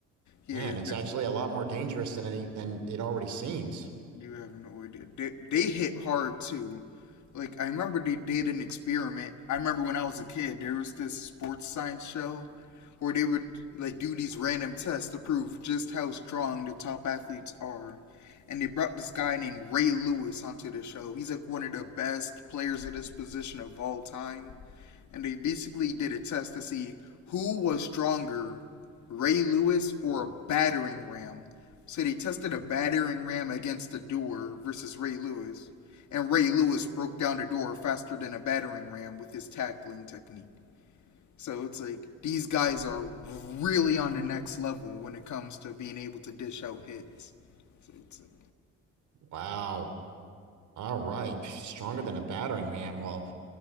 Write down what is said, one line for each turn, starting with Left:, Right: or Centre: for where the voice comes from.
Left: Yeah,
Right: man, it's
Left: th-
Right: actually a lot more dangerous than any than it already seems.
Left: you have no idea. They they hit hard too. Like I remember they did an experiment. I remember when I was a kid, there was this sports science show where they would like do these random tests to prove just how strong the top athletes are. And they brought this guy named Ray Lewis onto the show. He's like one of the best players at this position of all time and they basically did a test to see who was stronger, Ray Lewis or a battering ram. So they tested a battering ram against the door versus Ray Lewis, and Ray Lewis broke down the door faster than a battering ram with his tackling technique. So it's like these guys are really on the next level when it comes to being able to dish out hits. So it's like,
Right: Wow. All right, stronger than a battering ram. Well,